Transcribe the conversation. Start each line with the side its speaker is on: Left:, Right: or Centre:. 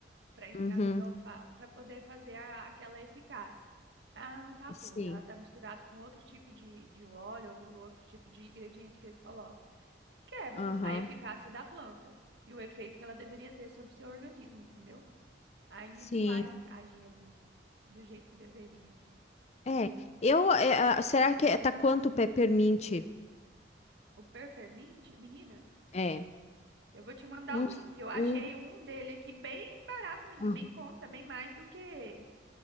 Right: para entrar
Left: Uhum,
Right: no seu olfato, para poder fazer a- aquela eficácia. Ela não tá pura,
Left: sim,
Right: ela tá misturada com outro tipo de, de óleo, algum outro tipo de ingrediente que eles colocam. Quebra
Left: aham,
Right: a eficácia da planta e o efeito que ela deveria ter sobre o seu organismo, entendeu? Aí
Left: sim.
Right: não vai agir ali do jeito que deveria.
Left: É, eu, é, a- será que é, tá quanto o peppermint?
Right: O Peppermint, menina,
Left: É,
Right: eu vou te mandar
Left: uns,
Right: o link. Eu achei
Left: um,
Right: um dele aqui bem barato, menina,
Left: aham.
Right: bem em conta, bem mais do que